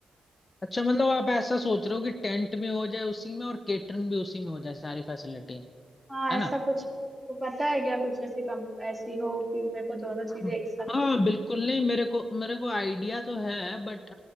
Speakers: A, on the left; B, in the centre.
A: अच्छा मतलब आप ऐसा सोच रहे हो कि टेंट भी हो जाए उसी में और केटरिंग भी उसी में हो जाए सारी फैसिलिटी
B: हाँ
A: है
B: ऐसा
A: ना
B: कुछ आपको पता है क्या कुछ ऐसी कम ऐसी हो कि मेरे को दोनों चीजें
A: हाँ
B: एक साथ
A: हाँ, बिल्कुल नहीं मेरे को मेरे को आइडिया तो है बट